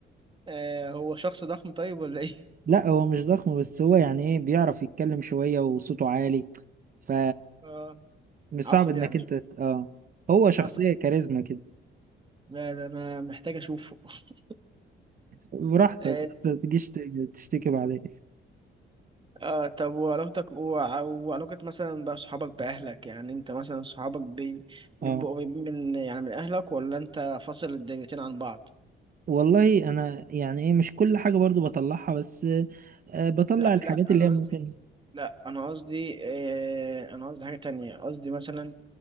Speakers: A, on the right (about 25°); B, on the right (about 45°).
A: آه هو شخص ضخم طيب ولا ايه؟
B: لا هو مش ضخم بس هو يعني ايه بيعرف يتكلم شويه وصوته عالي ف
A: <laughs> آه
B: مش
A: عصب
B: صعب انك
A: يعني
B: انت ت- اه هو شخصيه
A: عصب
B: كاريزما كده
A: لا ده انا محتاج اشوفه <laughs>
B: براحتك
A: آه
B: بس ما تجيش ت- تشتكي بعدين
A: آه طب وعلاقتك وع- وعلاقة مثلا بقى صحابك بأهلك يعني انت مثلا صحابك بي-
B: اه
A: بيبقوا قريبين من يعني من أهلك ولا انت فاصل الدنيتين عن بعض؟
B: والله انا يعني ايه مش كل حاجه برضو بطلعها بس آه بطلع
A: لا
B: الحاجات
A: لا
B: اللي
A: انا
B: هي
A: قصدي
B: ممكن
A: لا انا قصدي آه، انا قصدي حاجة تانية قصدي مثلا